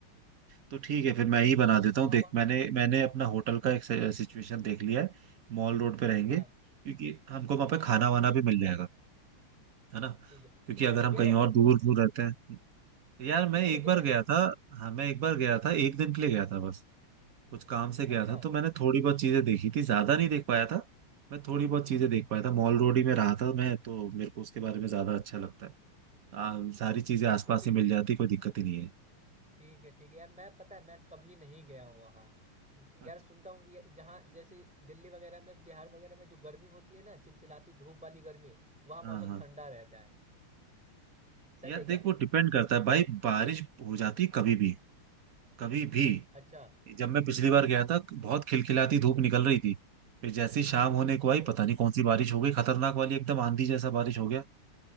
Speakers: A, on the right; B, in the centre.
A: तो ठीक है फिर मैं ही बना देता
B: सुना
A: हूँ देख
B: हुआ
A: मैंने मैंने अपना होटल का एक सिचुएशन देख लिया है मॉल रोड पे रहेंगे
B: हाँ
A: क्योंकि हमको वहां पे
B: ठीक
A: खाना
B: है
A: वाना भी मिल जाएगा है ना
B: ठीक है
A: क्योंकि
B: तो पहले
A: अगर हम
B: गया
A: कहीं
B: है क्या
A: और
B: वो
A: दूर
B: वहाँ
A: दूर रहते हैं यार मैं
B: पहले
A: एक
B: गया
A: बार
B: है
A: गया
B: क्या
A: था हाँ मैं एक बार गया था एक दिन के लिए गया था बस कुछ काम से
B: अच्छा
A: गया था तो मैंने थोड़ी बहुत चीजें देखी थी ज्यादा नहीं देख पाया था मैं थोड़ी बहुत चीजें
B: हम्म
A: देख पाया था मॉल रोड ही में रहा था मैं तो मेरे को उसके बारे में ज्यादा अच्छा लगता है आ, सारी चीजें
B: हाँ
A: आसपास
B: तो फिर
A: ही मिल जाती कोई दिक्कत ही नहीं है
B: ठीक है ठीक है यार मैं पता है मैं कभी नहीं गया हूँ वहाँ
A: अच्छा।
B: यार सुनता हूँ कि जहाँ जैसे दिल्ली वगैरह में बिहार वगैरह में जो गर्मी होती है ना चिलचिलाती धूप वाली गर्मी वहाँ
A: हाँ
B: मौसम
A: हाँ
B: ठंडा रहता है सच
A: यार
B: है
A: देख
B: क्या
A: वो डिपेंड करता है भाई बारिश हो जाती कभी भी कभी भी
B: अच्छा
A: जब मैं पिछली बार गया था बहुत खिलखिलाती धूप निकल रही थी फिर जैसी शाम होने को
B: ओ
A: आई पता नहीं कौन सी बारिश हो गई खतरनाक वाली एकदम आंधी जैसा बारिश हो गया